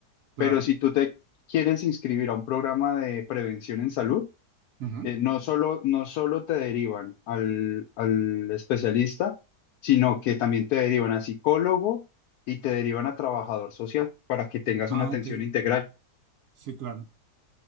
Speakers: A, on the right; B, on the left.
A: claro.
B: Pero si tú te quieres inscribir a un programa de prevención en salud,
A: ujú.
B: eh, no solo, no solo te derivan al, al especialista, sino que también te derivan a psicólogo y te derivan a trabajador social para que tengas
A: Ah,
B: una atención
A: ok,
B: integral.
A: sí, claro.